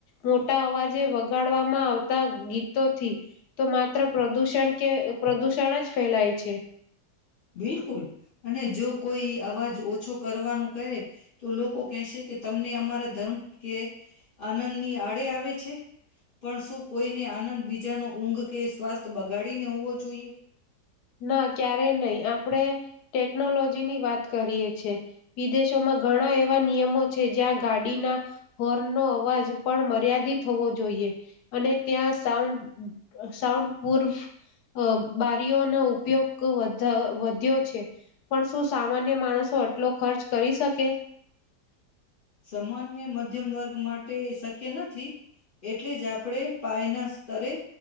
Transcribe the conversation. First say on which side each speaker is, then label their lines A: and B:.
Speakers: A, on the left (about 75°); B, on the left (about 35°).
A: મોટા અવાજે વગાડવામાં આવતા ગીતોથી તો માત્ર પ્રદૂષણ કે પ્રદૂષણ જ ફેલાય છે.
B: બિલકુલ. અને જો કોઈ અવાજ ઓછો કરવાનું કહે તો લોકો કેશે કે તમને અમારા ધર્મ કે આનંદની આડે આવે છે. પણ શું કોઈની આનંદ બીજ જાનો ઊંઘ કે સ્વાસ્થ બગાડીને હોવો જોઈએ?
A: ના ક્યારેય નહી. આપણે ટેકનોલોજીની વાત કરીએ છે. વિદેશોમાં ઘણા એવા નિયમો છે જ્યાં ગાડીના હોર્નનો અવાજ પણ મર્યાદિત હોવો જોઈએ, અને ત્યાં સાઉન્ડ સાઉન્ડ પૂર્ફ અહ બારીઓ નો ઉપયોગ વધ વધ્યો છે. પણ શું સામાન્ય માણસો આટલો ખર્ચ કરી શકે?
B: સામાન્ય મધ્યમ વર્ગ માટે એ શક્ય નથી, એટલે જ આપણેે પાયના તરે